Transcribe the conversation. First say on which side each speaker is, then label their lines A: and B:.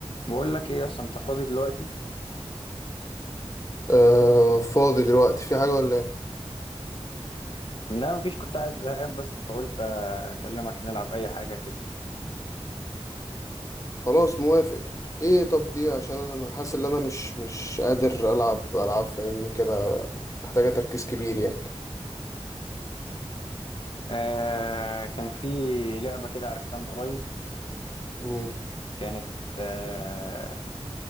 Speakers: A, on the left (about 55°); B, on the left (about 30°).
A: بقول لك ايه اصلا انت فاضي دلوقتي
B: آه فاضي دلوقتي في حاجة ولا ايه
A: لا مفيش كنت قاعد زهقان بس فقلت اكلمك نلعب اي حاجه كده
B: خلاص موافق ايه طب دي عشان انا حاسس ان انا مش مش قادر العب العاب فاهمني كده محتاجة تركيز كبير يعني
A: آه كان في لعبه كده عرفتها من قريب
B: امم
A: كانت آه